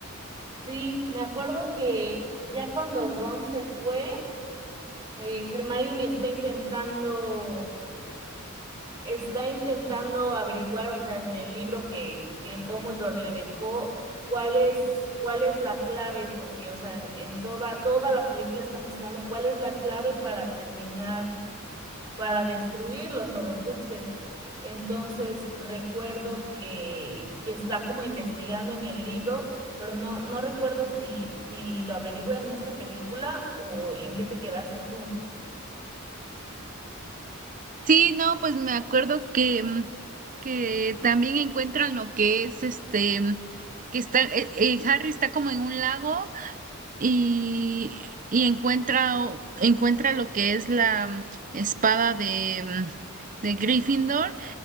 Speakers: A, on the right (about 20°); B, on the right (about 40°).
A: Sí, me acuerdo que ya cuando Ron se fue, eh, Hermione está intentando está intentando averiguar, o sea, en el libro que, que Dumbledore le dejó, cuál es, cuál es la clave, porque, o sea, en, en toda, toda la película están buscando cuál es la clave para terminar, para destruir los Horrocruxes. Entonces, recuerdo que, que está como investigando en el libro, pero no, no recuerdo si, si lo averigüé en esta película o en qué te quedaste tú.
B: Sí, no, pues me acuerdo que, mm, que también encuentran lo que es este, mm, que está, eh, eh, Harry está como en un lago y, y encuentra, encuentra lo que es la mm, espada de, mm, de Gryffindor